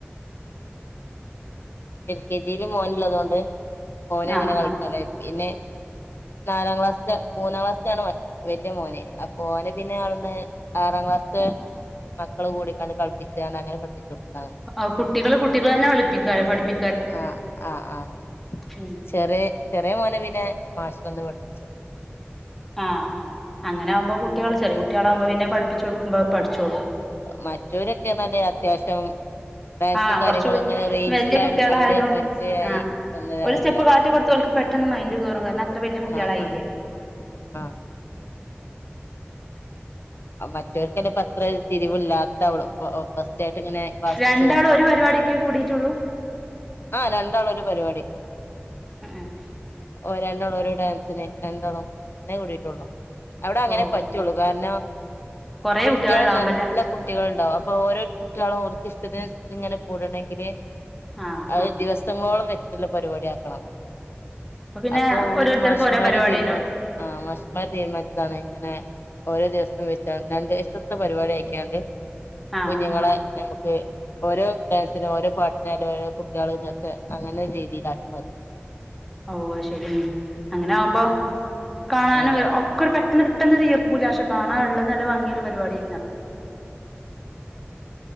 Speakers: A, on the left; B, in the centre.
A: എൽ കെ ജിയില് മോന് ഒള്ളത് കൊണ്ട് മോന് അങ്ങനെ
B: ആഹ്
A: കളികാനായി പിന്നെ നാലാം ക്ലാസ്സില് മൂന്നാം ക്ലസ്സിലാണ് മറ്റ് വെല്യ മോന് അപ്പോ അവന് പിന്നെ അവിടുന്ന് ആറാം ക്ലാസ്സത്തെ മക്കള് കൂടിക്കാണ്ട് കളിപ്പിചാണ്ട് അങ്ങനെ പഠിപ്പിച്ച് കൊടുത്തതാണ്
B: ആ കുട്ടികള് കുട്ടികള് അന്നെ പഠിപ്പിക്ക പഠിപ്പി
A: ആഹ് ആഹ ആ്
B: ഉം
A: ചെറിയ ചെറിയ മോനെ പിന്നെ മാശ് വന്ന് പഠപ്പിച്ചോട്ത്
B: ആഹ ആ അങ്ങനെ ആവുമ്പോ കുട്ടികള് ചെറിയ കുട്ടികള് ആവുമ്പോ പിന്നെ പഠപ്പിച്ചു കൊടുക്കുമ്പോ പഠിച്ചോളു
A: മറ്റേവര് ഒക്കെ നല്ല അത്യാവശ്യം ഡാൻസും
B: ആഹ്
A: കാര്യങ്ങളും
B: കൊറച്ചുവെല്യ
A: ഇങ്ങനെ റീൽസിലായാലും
B: കുട്ടികള്
A: കണ്ട്
B: ആയത് കൊണ്ട്
A: പരിചയായി
B: ആ
A: വന്നതവരല്ലേ
B: ഒരു സ്റ്റെപ്പ് കാട്ടി കൊടുത്ത് ഓൽക്ക്‌ പ്പെ ട്ടെന്ന് മൈൻഡ് കേറും <inaudible> കുട്ടികളായില്ലേ
A: ആഹ ആഹ ആഹ മറ്റൊല്ക്കല്ലേ പത്ര തിരിവില്ലാ തവളു ഒ ഒ ഫസ്റ്റ് ആയിട്ട് ഇങ്ങനെ ക്ലാസ്സില്
B: രണ്ടാളും
A: ചേർ
B: ഒരു പരിപാടിക്ക് കൂടിയിട്ടുള്ളൂ
A: ആ രണ്ടാളും ഒരു പരിപാടി
B: ആ അത് ശരി
A: ഓ രണ്ടോളം ഓരോ ഡാൻസിന് രണ്ടോളം അങ്ങെ കൂടിട്ട് ഒള്ളൂ അവിടെ അങ്ങനെ
B: ഓ
A: പറ്റുള്ളൂ
B: ഓ ഓ
A: കാരണം
B: കൊറേ
A: കുട്ടികൾ
B: കുട്ടികളുണ്ടാവുമ്പല്ലേ
A: നല്ല കുട്ടികൾണ്ടാവും അപ്പൊ ഓരോ കുട്ടികളോ ഒൽക്ക് ഇഷ്ടത്തിന് അനുസരിച്ച് ഇങ്ങനെ കൂടണേങ്കില്
B: ആ
A: അത്
B: ആ
A: ദിവസങ്ങളോളം വെച്ചിട്ടുള്ള പരിപാടി ആക്കണം
B: പിന്നെ
A: അപ്പൊ
B: ഓരോരുത്തർക്കും
A: ഒരു മാഷുമാര്
B: ഓരോ പരിപാടി
A: തീരുമാനി
B: ഉണ്ടാവും
A: ആഹ മഷന്മാർ തീരുമാനിച്ചത് ആണ് ഇങ്ങനെ ഓരോ ദിവസം വെച്ചോണ്ട് രണ്ടീസത്തെ പരിപാടി ആക്കിയോണ്ട്
B: ആ
A: കുഞ്ഞുങ്ങളെ
B: ആ
A: നമുക്ക് ഓരോ ഡാൻസിനും ഓരോ പാട്ടിനായാലും ഓരോ കുട്ടികള് നിർത്തും അങ്ങനെ രീതിയിലാക്കി മാറ്റി
B: ഓഹ് അയ്ശരി ഉം അങ്ങനെ ആവുമ്പം കാണാനും
A: ആഹ്
B: ഒ ക്കൊരു പെട്ടെന്ന് പെട്ടെന്ന് തീർക്കൂല്ല പക്ഷെ കാണാ ഇള്ളത് നല്ല ഭംഗില്ല പരിപാടിയ ആയ്ക്ക്ണത്